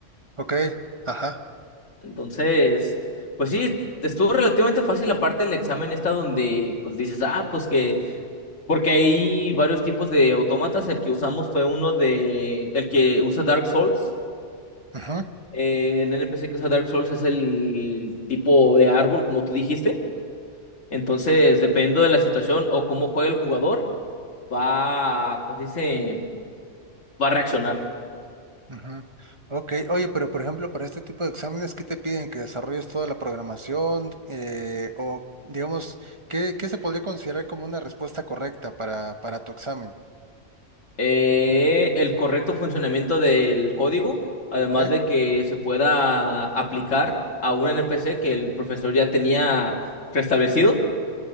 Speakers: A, on the right (about 25°); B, on the left (about 85°).
A: Ok, ajá.
B: Entonces, pues sí, estuvo relativamente fácil la parte del examen esta donde pues dices, ah, pues que, porque hay varios tipos de autómatas, el que usamos fue uno de, el que usa Dark Souls,
A: Ujú.
B: Eh, el NPC que usa Dark Souls es el tipo de árbol, como tú dijiste. Entonces, dependiendo de la situación o cómo juega el jugador, va, ¿cómo se dice? Va a reaccionar.
A: Ujú. Ok, oye, pero por ejemplo, para este tipo de exámenes, ¿qué te piden? ¿Que desarrolles toda la programación? Eh, o digamos, ¿qué, qué se podría considerar como una respuesta correcta para, para tu examen?
B: eh, el correcto funcionamiento del código, además
A: ¿Ok?
B: de que se pueda aplicar a un NPC que el profesor ya tenía preestablecido.